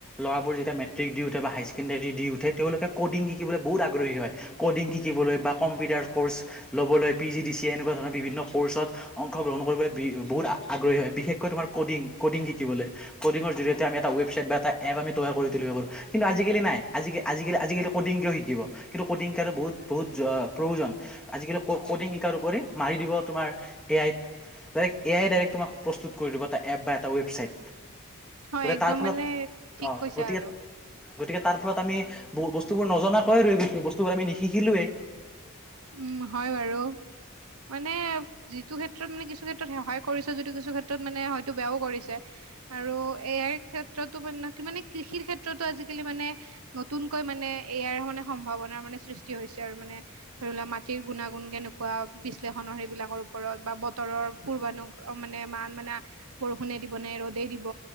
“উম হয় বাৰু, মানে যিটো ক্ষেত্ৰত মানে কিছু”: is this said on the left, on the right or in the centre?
Right